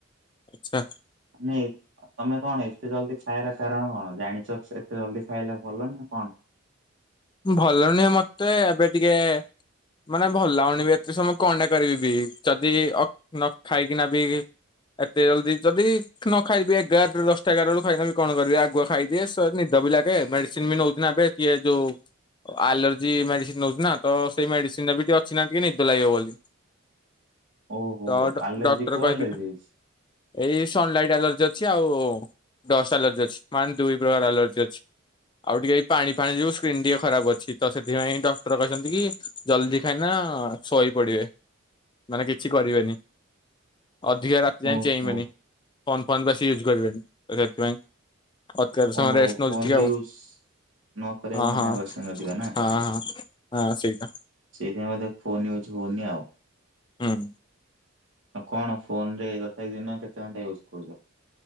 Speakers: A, on the left; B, on the right.
A: ଆଛା
B: ନାଇଁ ତମେ କଣ ଏତେ ଜଲ୍ଦି ଖାଇାର କାରଣ କଣ ଜାଣିଛ ଏତେ ଜଲ୍ଦି ଖାଇଲେ ଭଲ ନା କଣ
A: ଭଲ ନୁହେଁ ମତେ ଏବେ ଟିକେ ଏ ମାନେ ଭଲ ଲାଗିନି ବି ଏତେ ସମୟ କଣଟା କରିବି ବି ଯଦି ନ ଖାଇକିନା ବି ଏତେ ଜଲ୍ଦି ଯଦି ନ ଖାଇବି ଏଗାର ଦଶଟା ଏଗାର ଫାଇନାଲରେ କଣ କରିବି ଆଗୁଆ ଖାଇଦିଏ ନିଦ ବି ଲାଗେ ମେଡିସିନି ବି ନେଉଛି ନା ଏବେ ଇଏ ଯୋଉ ଆଲର୍ଜି ମେଡିସିନି ନେଉଛି ନା ତ ସେଇ ମେଡିସିନି ବି ଟିକେ ଅଛି ନା ଟିକେ ନିଦ ଲାଗିବ ବୋଲି
B: ଓହୋ
A: ତ
B: ଆଲର୍ଜି
A: ଡାକ୍ଟର
B: କୋଉ
A: କହି
B: ଆଲର୍ଜି ହେଇଛି?
A: ଏଇ ସନ୍ଲଲାଇଟି ଆଲର୍ଜି ଅଛି ଆଉ ଟସ୍ ଆଲର୍ଜି ଅଛି ମାନେ ଦୁଇ ପ୍ରକାର ଆଲର୍ଜି ଅଛି ଆଉ ଟିକେ ପାଣି ଫାଣି ଯୋଗୁ ସ୍କ୍ରିନ୍ ଟିକେ ଖରାପ ଅଛି ତ ସେଥିପାଇଁ ଡକ୍ଟର କହିଛନ୍ତି କି ଜଲ୍ଦି ଖାଇଁନା ଶୋଇ ପଡିବେ ମାନେ କିଛି କରିବେନି ଅଧିକା ରାତ୍ ଯାଏଁ
B: ଓହୋ
A: ଚେଇଁବେନି ଫୋନ ଫୋନ ବେଶ ୟୁଜ କରିବେନି ତ ସେଥିପାଇଁ। ଅତ୍ୟଧିକ ସମୟ
B: ଓ ଫୋନ
A: ରେଷ୍ଟ ନଉଛି ଟିକେ ଆଉ
B: ବି ୟୁଜ ନ କରିବାକୁ
A: ହଁ
B: ମନା
A: ହଁ
B: କରିଛନ୍ତି ଅଧିକ ନା।
A: ହଁ ହଁ ସେଇଟା।
B: ସେଇଥି ପାଇଁ ବୋଧେ ଫୋନ ୟୁଜ ହଉନି ଆଉ।
A: ହୁଁ।
B: ଆଉ କଣ ଫୋନ ରେ ତଥାପି ଦିନ କେତେ ଘଣ୍ଟା ୟୁଜ୍ କରୁଛନ୍ତି।